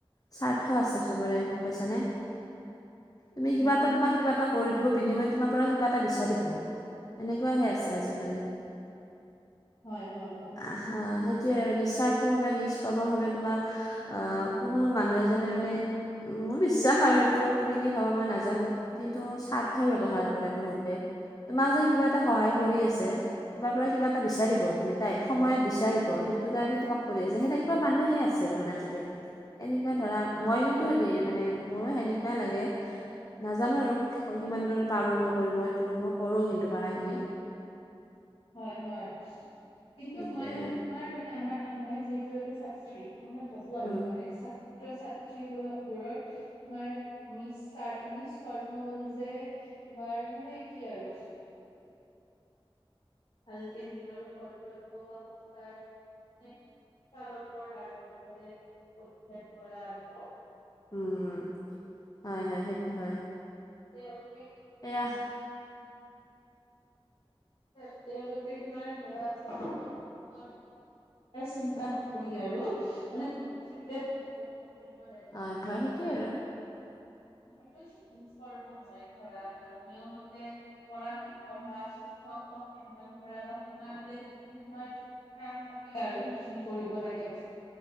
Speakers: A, on the left; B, on the left.
A: স্বাৰ্থ আছে চবৰে গ'ম পাইছানে? তুমি
B: উম
A: কিবা এটা তোমাক কিবা এটা কৰি দিব বিনিময়ত। তোমাৰ পৰা কিবা এটা বিচাৰিব। এনেকুৱাহে আছে আজিকালি।
B: হয়, হয়, হয়।
A: বা সেইটোৱে আৰু নিস্বাৰ্থভাৱে নিষ্ককৰ্মভাৱে তোমাক। অ' কোনো মানুহ এজনে মানে। মোৰ বিশ্বাস আৰু এইটো তুমি কি ভাবা মই নাজানোঁ। কিন্তু স্বাৰ্থ স্বাৰ্থ
B: অ
A: ব্যৱহাৰ
B: অ
A: কৰে বহুতে তোমাক যে কিবা সহায়
B: হয়
A: কৰি আছে। তোমাৰ পৰা কিবা এটা বিচাৰিব
B: অ
A: তুমি তাই সময়ত বিচাৰিব। সেইটো কাৰণে তোমাক কৰি আছে। সেনেকুৱা মানুহে আছে। সেইটো কথা আজিকালি এনেকুৱা ধৰা
B: অ
A: মই
B: অ
A: কিন্তু এ মানে মোৰো সেনেকুৱাই লাগে। নাজানোঁ আৰু কিমান দূৰ কৰিব পাৰোঁ। মই কৰিব এইটো মই কৰোঁ। কিন্তু পাৰাখিনি।
B: হয়, হয়। কিন্তু
A: সেইটোৱে
B: মই মানে
A: আৰু।
B: আমাৰ মানে আমাৰ মই আমাৰ যিহেতু এটা চাবচিটি মই মই ভাবোঁ
A: উম
B: আৰু মানে চাব। ছাত্ৰ ছাত্ৰী বোলে বোৰৰ তোমাৰ নিজ ক নিজ কৰ্ম ফল যে তোমাৰ মানে কি আৰু ভালকে নিজৰ কৰ্তব্য বা ব্যৱহাৰ। <unintelligible> অজ্ঞাত কৰাৰ
A: উম, হয়, হয় সেইটো হয়।
B: তেওঁলোক
A: এইয়াহ
B: তেওঁলোকোকে তোমাৰ ধৰা। নম্বৰ চিন্তা নকৰি আৰু মানে মনোযোগেৰে ধৰিব। কৰিব তেনেকে
A: হয় হয়
B: <unintelligible>
A: <inaudible>
B: সত্য যোগ স্পৰ্শ হয়। নিয়মতে, পঢ়া শ পঢ়া শিক্ষক সেই কৰা এই সময়তে যিখিনি তোমাৰ। কাম থাকে আৰু সেইখিনি কৰিব লাগে।